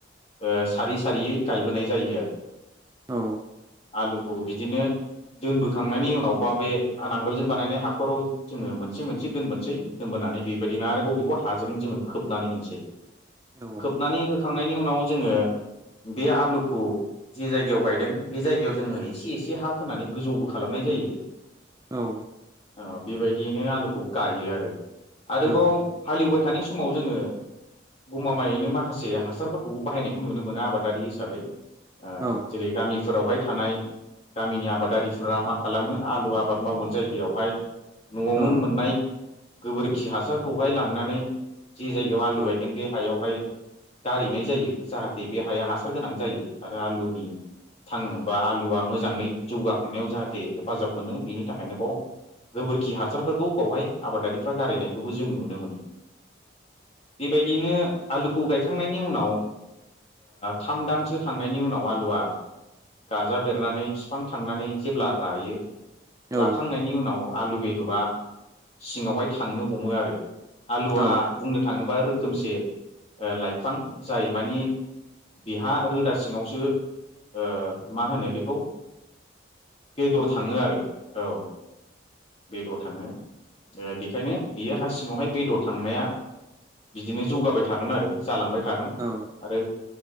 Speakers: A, on the left (about 30°); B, on the right (about 20°).
A: ओ सारि सारियै गायबोनाय जायो आरो
B: औ
A: आलुखौ बिदिनो दोनबोखांनायनि उनाव बा बे नांगोलजों बानायनाय हाखराव जोङो मोनसे मोनसे दोनबोनसै दोनबो नानै बेबायदिनो आरोबाव बेखौ हाजों जोङो खोबनानै होनसै
B: औ ओं
A: खोबनानै होखांनायनि उनाव जोङो बे आलुखौ जे जायगायाव गायदों बे जायगायाव जोङो एसे एसे हा खोनानै गोजौबो खालामनाय जायो।
B: औ
A: आ बेबायदियैनो आलुखौ गायो आरो आरोबाव
B: औ
A: हालौबाय थानाय स समाव जोङो गमामायैनो माखासे हासारफोर खौ बाहायनायखौ नुनो मोना आबादारि हिसाबै
B: औ
A: जेरै गामिफोरावहाय थानाय गामिनि आबादारिफोरा मा खालामो आलु आबाद मावगोन जायगायावहाय न'आवनो
B: औ
A: मोननाय गोबोरखि हासारखौहाय लांनानै जे जायगायाव आलु
B: औ
A: गायगोन बे हायावहाय गारैनाय जायो जाहाथे बे हाया हासार गोनां जायो आरो आलुनि थांनोबा आलुवा मोजाङै जौगाखांनायाव जाहाथे हेफाजाब मोनो बेनि थाखायनो बाव गोबोरखि हासारफोरखौ बावहाय आबादारिफ्रा गारहैनायखौबो जों नुनो मोनो। बेबायदिनो आलुखौ गायखांनायनि उनाव ओ थाम दानसो थांनायनि उनाव आलुआ गाजा बेरनानै
B: औ
A: फिफां थांनानै जेब्ला रायो
B: औ
A: राखांनायनि उनाव आलु बेदरा सिङावहाय थांनो हमो आरो आलुआ
B: औ
A: बुंनो थाङोब्ला रोखोमसे ओ लाइफां जाय मानि बिहा रोदा सिङावसो ओ मा होनो बेखौ बेदर थाङो आरो औ बेदर थाङो दा बेखायनो बियो हा सिङावहाय बेदर थांनाया बिदिनो जौगाबाय थागोन आरो जालांबाय थागोन
B: औ
A: आरो